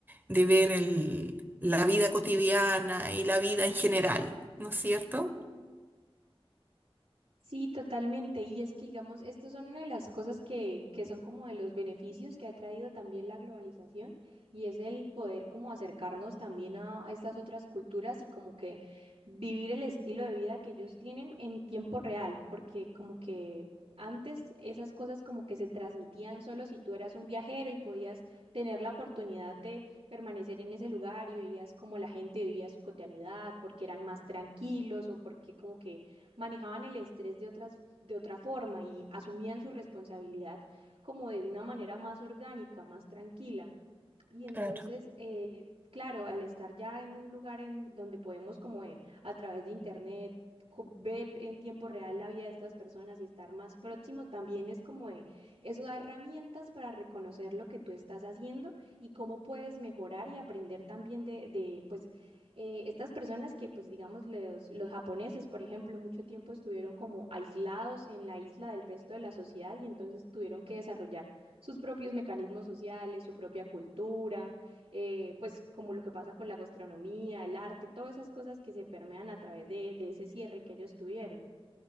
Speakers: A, on the right; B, on the right.
A: ver el- la vida cotidiana y la vida en general, ¿no es cierto?
B: Sí, totalmente. Y es que, digamos, estos son una de las cosas que, que son como de los beneficios que ha traído también la globalización y es el poder como acercarnos también a, a estas otras culturas y como que vivir el estilo de vida que ellos tienen en tiempo real, porque como que antes esas cosas como que se transmitían solo si tú eras un viajero y podías tener la oportunidad de permanecer en ese lugar y veías como la gente vivía su cotidianidad, porque eran más tranquilos o porque como que manejaban el estrés de otras, de otra forma y asumían su responsabilidad como de una manera más orgánica, más tranquila. Y entonces,
A: Claro.
B: eh, claro, al estar ya en un lugar en donde podemos como eh, a través de internet co- ver en tiempo real la vida de estas personas y estar más próximo, también es como eh, eso da herramientas para reconocer lo que tú estás haciendo y cómo puedes mejorar y aprender también de, de pues, eh, estas personas que, pues, digamos, los, los japoneses, por ejemplo, mucho tiempo estuvieron como aislados en la isla del resto de la sociedad y entonces tuvieron que desarrollar sus propios mecanismos sociales, su propia cultura, eh, pues como lo que pasa con la gastronomía, el arte, todas esas cosas que se permean a través de, de ese cierre que ellos tuvieron.